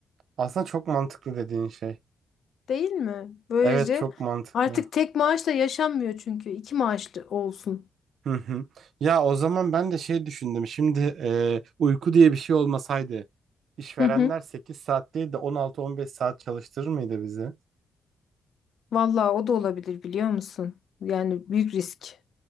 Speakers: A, on the right (about 65°); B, on the left (about 60°).
A: Aslında çok mantıklı dediğin şey.
B: Değil mi? Böylece
A: Evet çok mantıklı.
B: artık tek maaşla yaşanmıyor çünkü. iki maaşlı olsun.
A: Hı hı. Ya o zaman ben de şey düşündüm. Şimdi e, uyku diye bir şey olmasaydı işverenler
B: Hı hı.
A: 8 saat değil de on altı on beş saat çalıştırır mıydı bizi?
B: Vallahi o da olabilir biliyor musun? Yani büyük risk